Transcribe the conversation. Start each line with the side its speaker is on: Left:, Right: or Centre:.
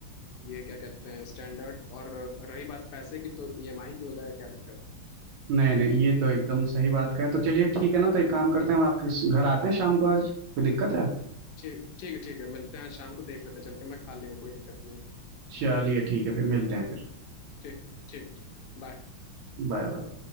Left: ये क्या कहते हैं स्टैंडर्ड और रही बात पैसे की तो ईएमआई पे हो जाएगा क्या दिक्कत है
Right: नहीं नहीं ये तो एकदम सही बात का है तो चलिए ठीक है ना तो एक काम करते हैं हम आपके घर आते हैं शाम को आज कोई दिक्कत है
Left: ठीक ठीक है ठीक है मिलते हैं आज शाम को देख लेते हैं चल के मैं खाली हूँ कोई दिक्कत नहीं है
Right: चलिए ठीक है फिर मिलते हैं फिर
Left: ठीक ठीक ठीक बाय
Right: Bye bye